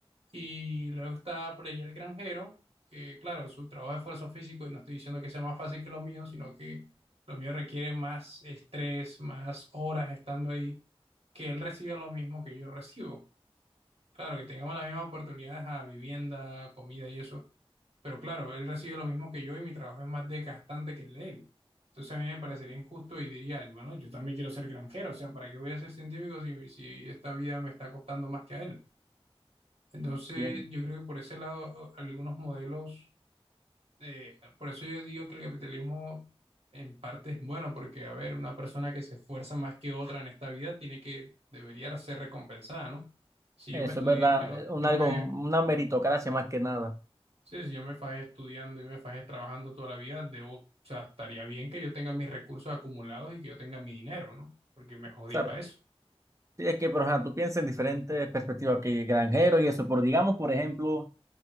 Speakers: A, on the right; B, on the right.
A: Y luego está por ahí el granjero, que claro, su trabajo es esfuerzo físico y no estoy diciendo que sea más fácil que los míos sino que los míos requieren más estrés, más horas estando ahí, que él reciba lo mismo que yo recibo. Claro, que tengamos las mismas oportunidades a vivienda, comida y eso pero claro, él recibe lo mismo que yo y mi trabajo es más desgastante que el de él. Entonces a mí me parecería injusto y diría, bueno, yo también quiero ser granjero, o sea, ¿para qué voy a ser científico si, si esta vida me está costando más que a él? Entonces
B: Bien,
A: yo creo que por ese lado a- algunos modelos, eh, por eso yo digo que el capitalismo en parte es bueno, porque a ver, una persona que se esfuerza más que otra en esta vida tiene que, debería ser recompensada, ¿no? Si
B: eso
A: yo me estudié,
B: es verdad,
A: yo,
B: eh, un
A: yo
B: algo,
A: me
B: una meritocracia más que nada.
A: Sí, si yo me fajé estudiando y me fajé trabajando toda la vida, debo, o sea, estaría bien que yo tenga mis recursos acumulados y que yo tenga mi dinero, ¿no? Porque me jodí
B: ¿Sabes?
A: para eso.
B: Sí, es que, pero ajá, tú piensas en diferentes perspectivas que granjero y eso, pero digamos, por ejemplo,